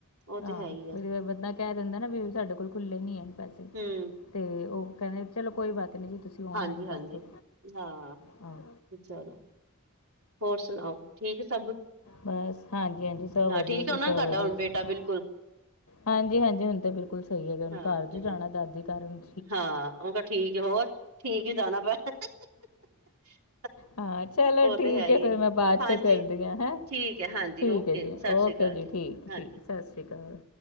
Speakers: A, on the right; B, on the left.
A: ਉਹ ਤੇ
B: ਆਹ
A: ਹੈ ਹੀ ਹੈ
B: ਕੋਈ ਬੰਦਾ ਕਹਿ ਦਿੰਦਾ ਨਾ ਵੀ ਸਾਡੇ ਕੋਲ ਖੁੱਲੇ ਨੀ ਹੈ ਪੈਸੇ
A: ਹੂ,,,
B: ਤੇ ਉਹ ਕੈੰਦੇ ਚਲੋ ਕੋਈ ਬਾਤ ਨੀ ਜੀ। ਤੁਸੀਂ ਔਨਲਾਈਨ
A: ਹਾਂਜੀ ਹਾਂਜੀ
B: ਕਰ ਦੋ
A: ਹਾਂ
B: ਆਂ।
A: ਚਲੋ ਹੋਰ ਸੁਣਾਓ ਠੀਕ ਸਭ?
B: ਬਸ ਹਾਂਜੀ ਹਾਂਜੀ, ਸਭ
A: ਹਾਂ
B: ਵਧੀਆ
A: ਠੀਕ
B: ਜੀ
A: ਹੋਣਾ
B: ਸਭ
A: ਤੁਹਾਡਾ
B: ਵਧੀਆ
A: ਹੁਣ
B: ਜੀ।
A: ਬੇਟਾ ਬਿਲਕੁਲ
B: ਹਾਂਜੀ ਹਾਂਜੀ, ਹੁਣ ਤੇ ਬਿਲਕੁਲ ਸਹੀ ਹੈਗੇ। ਹੁਣ
A: ਹਾਂਜੀ
B: ਘਰ ਜਾਣਾ
A: ਹਾਂਜੀ
B: ਦਾਦੀ ਘਰ ਉੰਝ।
A: ਹਾਂ, ਉਹ ਤਾਂ ਠੀਕ ਏ ਹੋਰ ਠੀਕ ਹੀ ਜਾਣਾ <unintelligible>
B: ਹਾਂ, ਚਲੋ
A: ਉਹ
B: ਠੀਕ
A: ਤੇ ਹੈ ਹੀ
B: ਏ ਫਿਰ
A: ਹੈ
B: ਮੈਂ ਬਾਅਦ
A: ਹਾਂਜੀ
B: ਚ ਕਰਦੀ ਆਂ ਹੈ।
A: ਠੀਕ ਹੈ ਹਾਂਜੀ
B: ਠੀਕ
A: ਓਕੇ
B: ਹੈ ਜੀ
A: ਸਤਿ
B: ਓ
A: ਸ੍ਰੀ
B: <unintelligible>
A: ਅਕਾਲ
B: ਠੀਕ
A: ਜੀ ਹਾਂਜੀ
B: ਠੀਕ ਸਤਿ ਸ੍ਰੀ ਅਕਾਲ।